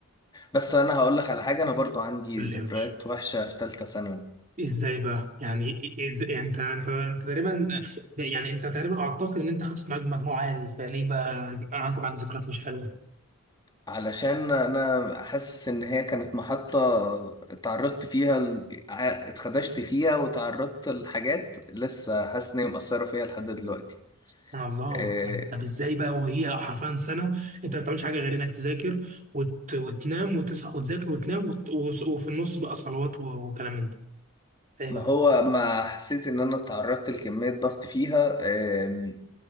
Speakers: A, on the left (about 20°); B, on the right (about 40°).
A: بس انا هقول لك على حاجة انا برضو عندي
B: قول
A: ذكريات
B: لي يا باشا
A: وحشة في ثالثة ثانوي
B: ازاي بقى يعني ازاي انت انت انت تقريبا يعني انت تقريبا اعتقد ان انت خدت معاك مجموعه عالي فليه بقى قعدت معاك ذكريات مش حلوه
A: علشان انا حاسس ان هي كانت محطة اتعرضت فيها ل- ع- اتخدشت فيها وتعرضت لحاجات لسه حاسس ان هي مؤثرة فيها لحد دلوقتي
B: سبحان الله
A: إيه،
B: طب ازاي بقى وهي حرفيا سنه انت ما بتعملش حاجه غير انك تذاكر وت... وتنام وتصحى وتذاكر وتنام وت... وس- وفي النص بقى صلوات و... وكلام من ده ايه
A: ما
B: بقى
A: هو ما حسيت ان انا اتعرضت لكمية ضغط فيها آم،